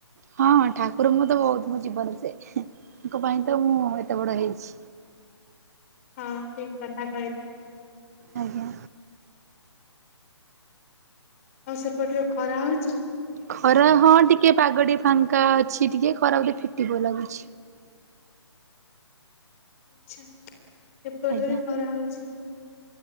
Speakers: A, on the right (about 35°); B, on the left (about 30°).
A: ହଁ ଠାକୁର ମୁଁ ତ ବହୁତ ମୋ ଜୀବନ ସେ ତାଙ୍କ ପାଇଁ ତ ମୁଁ ଏତେ ବଡ଼ ହେଇଛି।
B: <inaudible> ଠିକ୍ କଥା କହିଲ।
A: ଆଜ୍ଞା।
B: ଆଉ ସେପଟରେ ଖରା ହୋଉ
A: ଖରା ହଁ ଟିକେ ପାଗ ଟିକେ ଫାଙ୍କା ଅଛି ଟିକେ ଖରା ବୋଧେ ଫିଟି ପଇଲା ବୋ <inaudible>
B: ଆଚ୍ଛା ଏପଟରେ
A: ଆଜ୍ଞା
B: ବି ଖରା ହୋଉଛି।